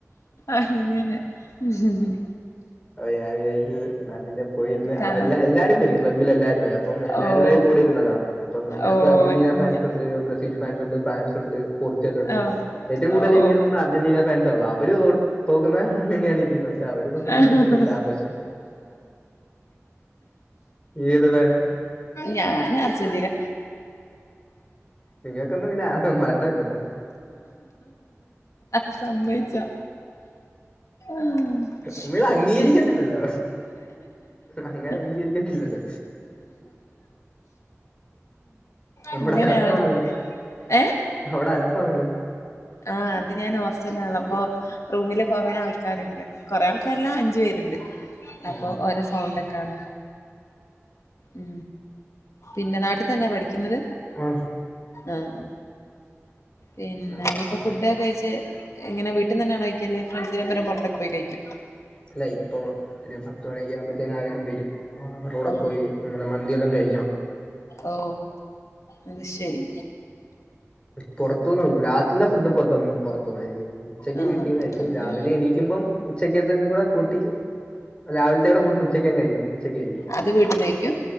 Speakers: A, on the left; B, on the left.
A: അങ്ങനെ ഉം ഉം
B: അപ്പ ഞാൻ വിചാരിച്ചു ന്നാ പിന്നെ പോയിരുന്നു
A: കാ
B: അവ എല്ല എല്ലാരും വരും ക്ലബ്ബില എല്ലാരും. അപ്പം എല്ലാവരുടെയും
A: ഓഹ്
B: കൂടെ ഇുന്നാ കാണുന്നത് അപ്പം അതിനകത്ത്
A: ഓഹ്
B: അർജന്റീന
A: അങ്ങനെ
B: ഫാൻസ് ഉണ്ട് ബ്രസീൽ ഫാൻസ് ഉണ്ട്. ഫ്രാൻസ് ഉണ്ട് പോർച്ചുഗൽ ഉണ്ട്
A: ഓഹ്
B: ഏറ്റവും കൂടുതൽ
A: ഓഹ്
B: എനിക്ക് തോന്നുന്നു അർജന്റീന ഫാൻസ ആ ഉള്ളൂ അവര് തോക്കുന്ന തന്നെയാണ് ഇരിക്കുന്ന പക്ഷെ അവര് തോക്കുന്നില്ല
A: അങ്ങനെ
B: ഒരു കാരണവശാലും ഏത് ഫാന്
A: ഞാൻ അർജെന്റിന
B: നിങ്ങൾക്കൊന്നും പിന്നെ ആ- മരണമില്ലല്ലോ
A: <inaudible> സമ്മയ്ചോ ആഹ്
B: നിങ്ങൾ അംഗീകരിക്കത്തില്ലല്ലോ
A: <inaudible>
B: അങ്ങനെ അംഗീകരിക്കത്തില്ലല്ലോ
A: <inaudible> അങ്ങനെയാണപ്പം
B: അവിടെ അലപ്പാണല്ലോ
A: ഏ
B: അവിടെ അലപ്പാന്നലോ
A: ആഹ് അത് ഞാൻ ഹോസ്റ്റല് ആണല്ലോ അപ്പോ റൂമിലെ കൊറെേ ആൾക്കാരുണ്ട്. കൊറെേ ആൾകാരല്ല അഞ്ചു പേരുണ്ട്
B: ഉം.
A: അപ്പൊ ഓരോ സൗണ്ടൊക്കെയാണ് ഉ പിന്നെ നാട്ടിൽ തന്നെ പഠിക്കുന്നത്?
B: ആ,
A: ആഹ് ആഹ് പിന്നെ
B: നാ-
A: നി അപ്പോൾ
B: നാട്ടില
A: ഫുഡ് ക്കെ കഴിച്ച് എങ്ങനെ വീട്ട്നിന്നാണോ കഴിക്കല് ഫ്രണ്ട്സിനപ്പെരം പുറത്തൊക്ക പോയി കഴിക്കെ
B: ഇല്ല ഇപ്പൊ ഒരു പത്ത് മണിയൊക്കെ ആകുമ്പ ത്തേനു ആരെലും വരും. അവരുടെ കൂടെ
A: ഓ
B: പോയി നമ്മള് മന്തിയെല്ലാം കഴിക്കണം
A: ഓ അത് ശരി
B: പുറത്തൂന്ന് <unintelligible> ഫുഡ് മൊത്തം പുറത്തുന്നായിരിക്കും ഉച്ചക്ക്
A: ആ
B: കിട്ടിയതായിരിക്കും
A: അത്
B: രാവിലെ എണീക്കുമ്പം ഉച്ചക്കത്തും കൂടെ കൂട്ടി രാവില്ത്തെ കൂടെ കൂട്ടി ഉച്ചക്കങ്ങ് കഴിക്കും ഉച്ചക്ക് കഴിക്കും
A: അത് വീട്ടിൽ നിന്ന് കഴിക്കും